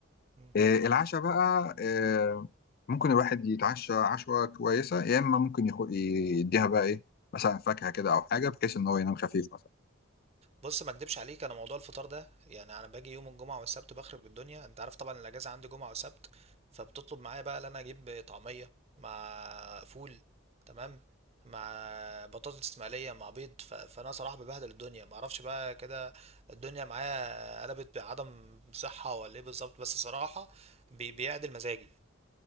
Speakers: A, on the right; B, on the left.
A: مم.
B: آه العشاء بقى آه ممكن الواحد يتعشى عشوه كويسه يا اما ممكن يخو- يديها بقى ايه مثلا فاكهه كده او حاجه بحيث ان هو ينام خفيف مثلا.
A: بص ما اكدبش عليك انا موضوع الفطار ده يعني انا باجي يوم الجمعه والسبت بخرب الدنيا انت عارف طبعا الاجازه عندي جمعه وسبت فبتطلب معايا بقى ان انا اجيب طعميه مع فول تمام مع بطاطس مقليه مع بيض ف... فانا صراحه ببهدل الدنيا ما اعرفش بقى كده الدنيا معايا قلبت بعدم صحه ولا ايه بالظبط بس صراحه بي... بيعدل مزاجي